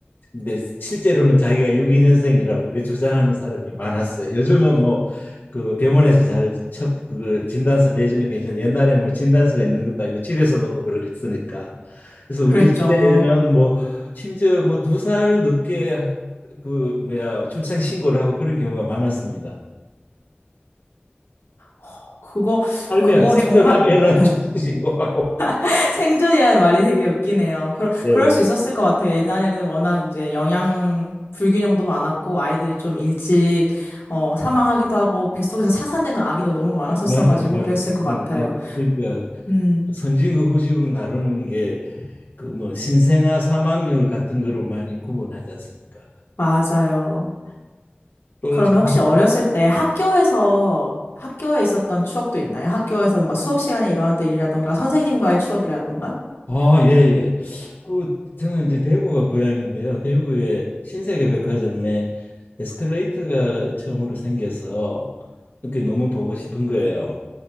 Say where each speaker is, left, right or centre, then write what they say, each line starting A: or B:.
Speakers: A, on the left (about 50°); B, on the left (about 80°).
A: 근데 실제로는 자기가 62년생이라고 이렇게 주장하는 사람이 많았어요. 요즘은 뭐 그 병원에서 잘 첩, 그 진단서 내주니까 괜찮은데 옛날에는 뭐 진단서가 있는 것도 아니고 집에서 놓고 그랬으니까. 그래서 우리
B: 그랬죠.
A: 시대에는 뭐 심지어 뭐 두 살 늦게 그 뭐야 출생 신고를 하고 그런 경우가 많았습니다.
B: 허, 그거
A: 살면
B: 그건
A: 생존하면은
B: 정말 예.
A: <laughs> 출생 신고하고.
B: <laughs> 생존이라는 말이 되게 웃기네요. 그러,
A: 네,
B: 그럴 수
A: 예.
B: 있었을 것 같아요. 옛날에는 워낙 이제 영양 불균형도 많았고 아이들이 좀 일찍 어, 사망하기도 하고 뱃속에서 차산되는 아기도 너무 많았었어가지고
A: 맞아요, 맞아요.
B: 그랬을 것
A: 맞아요.
B: 같아요.
A: 그러니까
B: 음,
A: 선진국 후진국 나누는 게 그 뭐 신생아 사망률 같은 거로 많이 구분하지 않습니까?
B: 맞아요.
A: 또재
B: 그러면 혹시 어렸을 때 학교에서, 학교에 있었던 추억도 있나요? 학교에서 뭔가 수업 시간에 일어났던 일이라던가, 선생님과의 추억이라던가?
A: 아, 예, 예. 그 저는 이제 대구가 고향인데요. 대구의 신세계 백화점에 에스컬레이터가 처음으로 생겨서 그게 너무 보고 싶은 거예요.